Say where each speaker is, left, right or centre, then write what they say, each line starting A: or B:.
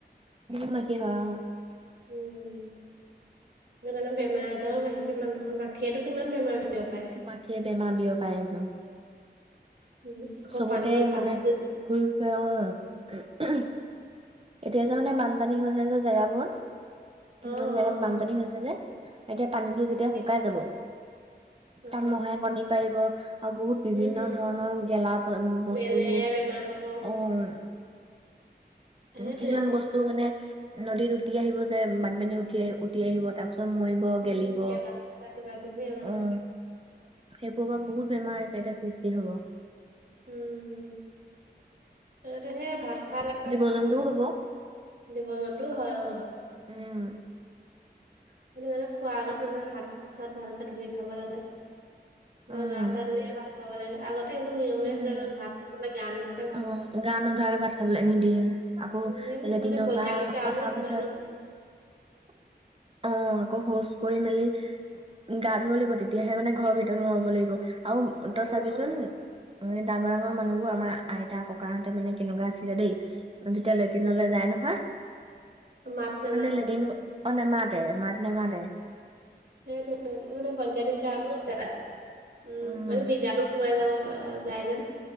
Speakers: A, on the right; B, on the right.
A: বহুত মাখি হয় অ',
B: উম্, উম্। সেইটো কাৰণে বেমাৰ আজাৰো বাঢ়িছে মানুহৰ, মাখিয়েতো কিমান বেমাৰ বিয়পায়।
A: মাখিয়ে বেমাৰ বিয়পায় একদম।
B: উম, আকৌ
A: চবতে
B: পানী পানীত
A: মানে
B: যদি
A: ঘূৰি ফুৰে অ', এতিয়া যে মানে বানপানী হৈছে যে জেগাবোৰত,
B: অ',
A: কিছুমান
B: অ',
A: জেগাত বানপানী হৈছে যে। এতিয়া পানীটো যেতিয়া
B: তাকে।
A: শুকাই যাব,
B: অ',
A: তাত মহে কণী পাৰিব। আৰু বহুত বিভিন্ন
B: উম,
A: ধৰণৰ গেলা বস্তুবোৰ
B: মেলেৰিয়া বেমাৰ হ'ব
A: অ',
B: সেইটোৱে।
A: উম্, কিছুমান বস্তু মানে নদীত উটি আহিব যে, বানপানী উটি আহিব। উটি আহিব, তাৰ পিছত মৰিব,
B: উম,
A: গেলিব।
B: গেলা পচা কিবা কিবি
A: অ', সেইবোৰৰ পৰা বহুত বেমাৰ আছে, এতিয়া সৃষ্টি হ'ব।
B: উম্, তাতে সেই ভাত খোৱ লেকে-
A: ইন্দু হ'ব -
B: জীৱ- জন্তু হয় অ',
A: উম্,
B: সেইটো কাৰণে খোৱাৰ আগত মানুহে হাত- চাত ভালকে ধুই খাব লাগে,
A: উম
B: বা গা চা ধুইয়ে ভাত খাব লাগে আগত- সেইবোৰ নিয়মে
A: উম
B: আছিলে মানে ভাত মানে গান নুধু-
A: অ', গা নোধোৱাকে ভাত খাবলৈ নিদিয়ে, আকৌ
B: উম, এইবোৰ
A: লেট্ৰিনৰ
B: মানে বৈজ্ঞানিক
A: পৰা
B: কাৰণো
A: অহাৰ
B: আছিলে
A: পাছত।
B: ন
A: অ', আকৌ শৌচ কৰি মেলি। গা ধুৱ লাগিব। তেতিয়াহে মানে ঘৰ ভিতৰত সোমাব লাগিব। আৰু তই
B: অ',
A: চাবিচোন, ডাঙৰ ডাঙৰ মানুহবোৰ। আমাৰ আইতা ককাহঁতে মানে কেনেকুৱা আছিলে দেই, যেতিয়া লেট্ৰিনলৈ
B: উম,
A: যায় নহয়।
B: মাত নামাতে
A: মানে লেট্ৰিন, অ', নামাতে। মাত নামাতে।
B: সেইটো সেইটো মানে বৈজ্ঞানিক কাৰণো আছে, উম্,
A: উম
B: মানে বীজাণু- সোমাই যাব, যায় যেন-